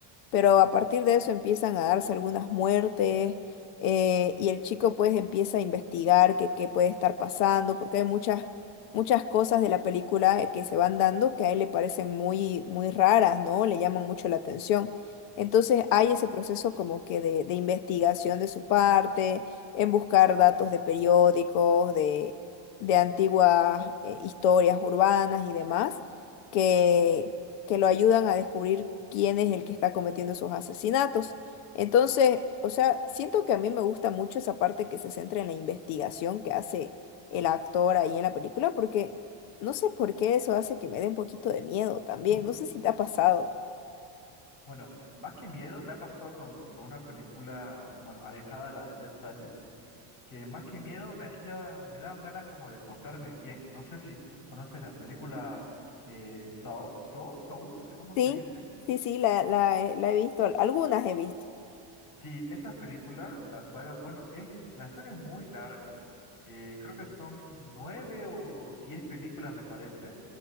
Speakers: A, on the left (about 85°); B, on the left (about 45°).
A: pero a partir de eso empiezan a darse algunas muertes eh, y el chico pues empieza a investigar qué, qué puede estar pasando, porque hay muchas, muchas cosas de la película eh, que se van dando que a él le parecen muy, muy raras, ¿no? Le llaman mucho la atención. Entonces hay ese proceso como que de, de investigación de su parte, en buscar datos de periódicos, de, de antiguas eh, historias urbanas y demás que, que lo ayudan a descubrir quién es el que está cometiendo esos asesinatos. Entonces, o sea, siento que a mí me gusta mucho esa parte que se centra en la investigación que hace el actor ahí en la película, porque no sé por qué eso hace que me dé un poquito de miedo también.
B: <clears throat> Mm.
A: No sé si te ha pasado.
B: Bueno, más que miedo, me ha pasado con, con una película, bueno, alejada de la de Dead Silence. que más que miedo me hacía, me daban ganas como de portarme bien. No sé si conoces la película eh, Saw, Saw, Saw, no sé cómo
A: Sí,
B: se dice.
A: sí, sí, la, la he la he visto, al- algunas he visto.
B: Sí, esa película, la saga, bueno, es, la saga es muy larga. Eh, creo que son nueve o diez películas, me parece,